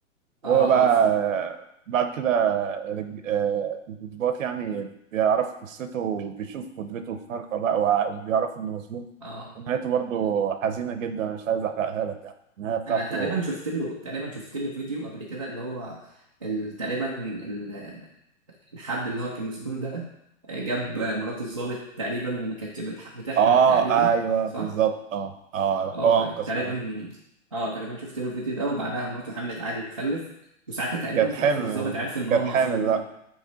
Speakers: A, on the right; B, on the right.
A: وهو
B: اه
A: بقى
B: اه فهمت
A: آه، بعد كده رج- آه، الضباط يعني بيعرفوا قصته وبيشوف قدرته الخارقة بقى وع- وبيعرفوا انه مظلوم
B: اه
A: ونهايته برضه حزينة جدا أنا مش عايز احرقها لك يعني النهاية بتاعته
B: انا تقريبا شفت له تقريبا شفت له فيديو قبل كده اللي هو ال- تقريبا ال- الحد اللي هو كان مسجون ده آه، جاب مرات الضابط تقريبا وما كانتش بتح- بتحمل
A: اه
B: تقريبا
A: ايوه
B: صح
A: بالظبط اه اه راح
B: اه
A: هو انقذ
B: تقريبا
A: حياته
B: اه تقريبا شفت له الفيديو ده وبعدها مراته حملت عادي وخلف وساعتها تقريبا
A: كانت حامل
B: في الاخر الضابط عرف ان
A: كانت
B: هو
A: حامل
B: مظلوم